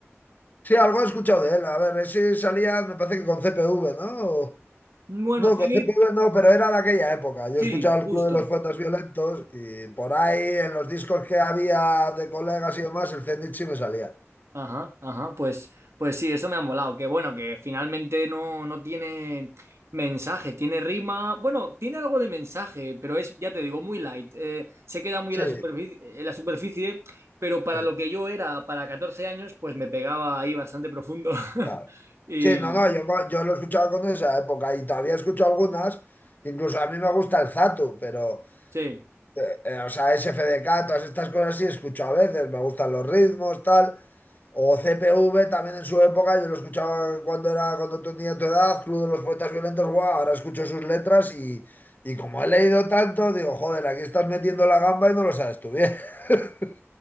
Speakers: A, on the left (about 40°); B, on the right (about 70°).
A: Sí, algo he escuchado de él. A ver, ese salía, me parece que con CPV, ¿no? O-
B: Bueno,
A: No,
B: Zenit,
A: con CPV no, pero era de aquella época. Yo
B: sí,
A: he escuchado
B: justo.
A: el Club de los Poetas Violentos y por ahí en los discos que había de colegas y demás, el Zenit sí me salía.
B: Ajá, ajá, pues, pues sí, eso me ha molado. Que bueno, que finalmente no, no tiene mensaje, tiene rima. Bueno, tiene algo de mensaje, pero es, ya te digo, muy light. Eh, se queda muy
A: Sí,
B: en la superficie, en la superficie, pero para
A: sí,
B: lo que yo era para 14 años, pues me pegaba ahí bastante profundo. <laughs>
A: claro.
B: Y
A: Sí, no, no, yo, co- yo lo he escuchado con esa época y todavía escucho algunas. Incluso a mí me gusta el Zatu, pero,
B: sí,
A: eh, eh, o sea, SFDK, todas estas cosas sí escucho a veces. Me gustan los ritmos, tal. O CPV también en su época, yo lo escuchaba cuando era, cuando tenía tu edad, Club de los Poetas Violentos, guau, ahora escucho sus letras y, y como he leído tanto, digo, joder, aquí estás metiendo la gamba y no lo sabes tú bien. <laughs>